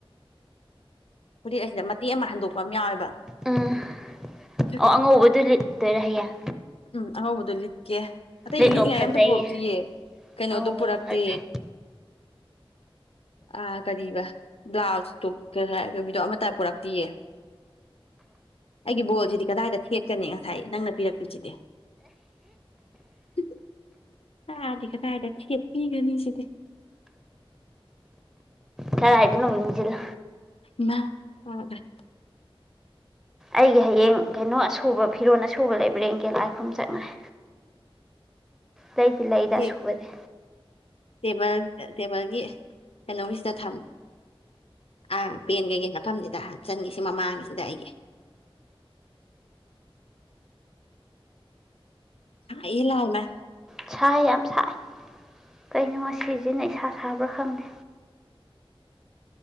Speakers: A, on the left (about 80°); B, in the centre.
A: ꯐꯨꯔꯤꯠ ꯍꯥꯏꯁꯤꯗ ꯃꯇꯦꯛ ꯑꯃ ꯍꯟꯗꯣꯛꯄ ꯑꯃ ꯌꯥꯎꯋꯦꯕ
B: ꯎꯝ
A: ꯑꯗꯨ
B: ꯑꯣ ꯑꯉꯧꯕꯗꯨ ꯂꯤꯠꯇꯣꯏꯔꯥ ꯍꯌꯦꯡ
A: ꯎꯝ ꯑꯉꯧꯕꯗꯣ ꯂꯤꯠ ꯂꯤꯠꯀꯦ ꯑꯇꯩ
B: ꯂꯤꯠꯂꯣ
A: ꯂꯤꯠꯉꯥꯏ
B: ꯐꯖꯩꯌꯦ
A: ꯑꯇ ꯄꯨꯔꯛꯇꯤꯌꯦ ꯀꯩꯅꯣꯗꯣ
B: ꯑꯉꯧꯕꯗꯨ
A: ꯄꯨꯔꯛꯇꯦ
B: ꯐꯖꯩ
A: ꯑꯥ ꯀꯔꯤꯕ ꯕ꯭ꯂꯥꯎꯁ ꯇꯣꯞꯇꯣ ꯑꯃꯠꯇ ꯄꯨꯔꯛꯇꯤꯌꯦ ꯑꯩꯒꯤ ꯕꯣꯜꯁꯤꯗꯤ ꯀꯗꯥꯏꯗ ꯊꯦꯠꯀꯅꯤ ꯉꯁꯥꯏ ꯅꯪꯅ ꯄꯤꯔꯛꯄꯁꯤꯗꯤ ꯍꯨꯝꯍꯨꯝ ꯉꯥꯗꯤ ꯀꯗꯥꯏꯗ ꯊꯦꯠ ꯄꯤꯒꯅꯤ ꯁꯤꯗꯤ
B: ꯀꯔꯥꯏꯗꯅꯣ ꯌꯨꯡꯖꯤꯜꯂꯣ
A: ꯏꯃꯥ ꯇꯥꯒꯔꯦ
B: ꯑꯩꯒꯤ ꯍꯌꯦꯡ ꯀꯩꯅꯣ ꯑꯁꯨꯕ ꯐꯤꯔꯣꯟ ꯑꯁꯨꯕ ꯂꯩꯕꯔ ꯌꯦꯡ ꯀꯦ ꯂꯥꯏꯈꯨꯔꯝ ꯆꯠꯂꯨꯔꯦ ꯂꯩꯗꯤ ꯂꯩꯗ
A: ꯁꯤ
B: ꯑꯁꯨꯨꯕꯗꯤ
A: ꯇꯦꯕꯜ ꯇꯦꯕꯜꯒꯤ ꯀꯩꯅꯣꯒꯤꯁꯤꯗ ꯊꯝ ꯑꯥ ꯄꯦꯟꯒꯩꯒꯩ ꯃꯐꯝꯁꯤꯗ ꯍꯥꯞꯆꯟꯒꯤꯁꯤ ꯃꯃꯥꯡꯉꯁꯤꯗ ꯑꯩꯒꯤ ꯍꯩꯌꯦ ꯂꯥꯎꯅ
B: ꯁꯥꯏ ꯌꯥꯝ ꯁꯥꯏ ꯀꯩꯅꯣ ꯁꯤꯁꯤꯅ ꯏꯁꯥ ꯁꯥꯕ꯭ꯔꯥ ꯈꯪꯗꯦ